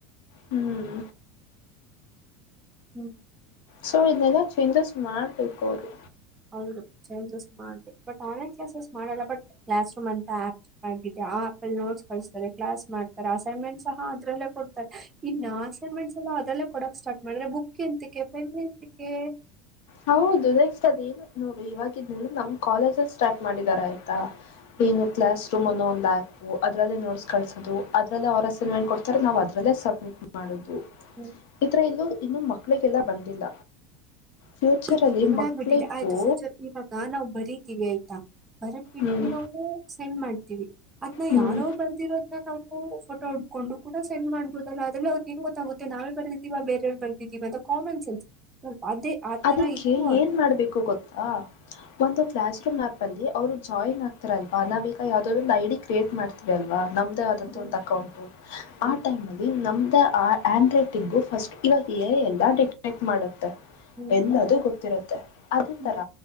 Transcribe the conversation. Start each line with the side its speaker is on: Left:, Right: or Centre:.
Left: ಹ್ಮ್
Right: ಹ್ಮ್
Left: ಸೊ ಇದ್ನೇಲ್ಲ ಚೇಂಜಸ್ ಮಾಡಬೇಕು ಅವ್ರು
Right: ಹೌದು ಚೇಂಜಸ್ ಮಾಡಬೇಕು ಬಟ್ ಆನ್ಲೈನ್ ಕ್ಲಾಸೆಸ್ ಎಲ್ಲ ಮಾಡಲ್ಲ ಬಟ್ ಕ್ಲಾಸ್ ರೂಮ್ ಅಂತ ಆಪ್ ಮಾಡಬೇಕು ಆ ಆಪ್ ನೋಟ್ಸ್ ಕಳತಾರೆ ಕ್ಲಾಸ್ ಮಾಡ್ತಾರೆ ಅಸೈನ್ಮೆಂಟ್ ಸಹ ಅದ್ರಲ್ಲೇ ಕೊಡ್ತಾರೆ ಇನ್ನು ಅಸೈನ್ಮೆಂಟ್ಸ್ ಅದ್ರಲ್ಲೆ ಕೊಡಕ್ ಸ್ಟಾರ್ಟ್ ಮಾಡುದ್ರೆ ಬುಕ್ ಎಂತಿಕೆ ಪೆನ್ ಎಂತಿಕೆ
Left: ಹೌದು ನೆಕ್ಸ್ಟ್ ಅದೇ ನೋಡು ಇವಾಗಿದ್ನೇಲ್ಲ ನಮ್ ಕಾಲೇಜ ಅಲ್ ಸ್ಟಾರ್ಟ್ ಮಾಡಿದಿದ್ದಾರೆ ಆಯ್ತಾ ತ
Right: ಹ್ಮ್
Left: ಏನು ಕ್ಲಾಸು ರೂಮ್ ಅನ್ನೋ ಒಂದು ಆ್ಯಪ್ ಅದರಲ್ಲೇ ನೋಟ್ಸ್ ಕಳಸೋದು ಅದರಲ್ಲೇ ಅವರ ಅಸೈನ್ಮೆಂಟ್ ಕೊಡ್ತಾರೆ ನಾವು ಅದರಲ್ಲೇ ಸಬ್ಮಿಟ್ ಮಾಡೋದು
Right: ಹ್ಮ್
Left: ಇತರ ಇನ್ನು ಇನ್ನೂ ಮಕ್ಕಳಿಗೆಲ್ಲ ಬಂದಿಲ್ಲ ಫ್ಯೂಚರಲ್ಲಿ
Right: ಇದು ಈಗ ಹೆಂಗಾಗ್ಬಿಟ್ಟಿದೆ
Left: ಮಕ್ಕಳಿಗೂ
Right: ಆಯ್ತು ಫ್ಯೂಚರ್ ಇವಾಗ ನಾವು ಬರೀತೀವಿ ಆಯ್ತಾ ಬರ್ಬಿಟ್ಟು
Left: ಹ್ಮ್
Right: ನಾವು ಸೆಂಡ್ ಮಾಡ್ತೀವಿ ಅದ್ನ್ನ
Left: ಹ್ಮ್
Right: ಯಾರೋ ಬರ್ದಿರೋದನ್ನ ನಾವು ಫೋಟೋ ಹೊಡ್ಕೊಂಡು ಕೂಡ ಸೆಂಡ್ ಮಾಡ್ಬಹುದಲ್ಲ ಅದೆಲ್ಲ ಅವ್ರ್ಗೆ ಹೆಂಗ್ ಗೊತ್ತಾಗುತ್ತೆ ನಾವೇ ಬರ್ದಿದೀವ ಬೇರೆವ್ರ್ ಬರ್ದಿದೀವ ಈವಾಗ ಕಾಮನ್ ಸೆನ್ಸ್ ಅದೇ
Left: ಅದಕ್ಕೆ
Right: ತರ ಇತ್ತು
Left: ಏನ್ ಮಾಡಬೇಕು ಗೊತ್ತಾ ಒಂದು ಕ್ಲಾಸ್ ರೂಮ್ ಆ್ಯಪ್ ಅಲ್ಲಿ ಅವ್ರು ಜಾಯ್ನ್ ಆಗ್ತಾರಲ್ವಾ ನಾವೀಗ ಯಾವ್ದಾದ್ರು ಒಂದು ಐಡಿ ಕ್ರಿಯೇಟ್ ಮಾಡ್ತೀವಿ ಅಲ್ವಾ ನಮ್ದೇ ಆದಂತ
Right: ಹ್ಮ್
Left: ಒಂದು ಅಕೌಂಟು
Right: ಹ್ಮ್
Left: ಆ ಟೈಮಲ್ಲಿ ನಮ್ಮ ಹ್ಯಾಂಡರೈಟಿಂಗ್ ಫಸ್ಟ್ ಇವಾಗ ಎ ಐ ಎಲ್ಲ ಡಿಟೇಕ್ಟ್ ಮಾಡುತ್ತೆ
Right: ಹ್ಮ್
Left: ಎಲ್ಲದು ಗೊತ್ತಿರತ್ತೆ ಅದೇ
Right: ಹ್ಮ್
Left: ತರ